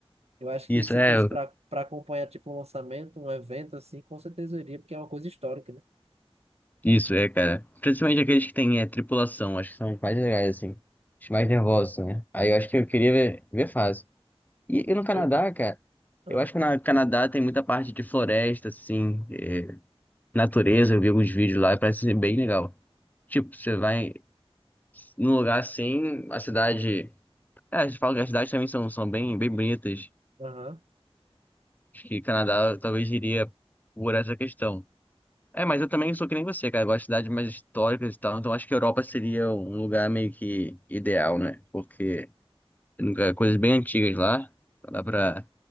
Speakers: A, on the right; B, on the left.
A: Eu acho que
B: Isso
A: se
B: é,
A: fosse para para acompanhar, tipo, um lançamento, um evento assim, com certeza eu iria, porque é uma coisa histórica, né?
B: isso é, cara. Principalmente aqueles que têm é, tripulação, acho que são os mais legais, assim. Os mais nervosos,
A: Uhum.
B: né? Aí eu acho que eu queria ver, ver fácil. E, e no Canadá,
A: Eu...
B: cara,
A: Ah,
B: eu acho que no Canadá tem muita parte de floresta, assim, é, natureza. Eu vi alguns vídeos lá e parece ser bem legal. Tipo, você vai num lugar assim, a cidade. É, eles falam que as cidades também são, são bem, bem bonitas.
A: aham.
B: Acho que Canadá talvez iria por essa questão. É, mas eu também sou que nem você, cara. Eu gosto de cidades mais históricas e tal. Então acho que a Europa seria um lugar meio que ideal, né? Porque tem lugar- coisas bem antigas lá. Então Dá pra,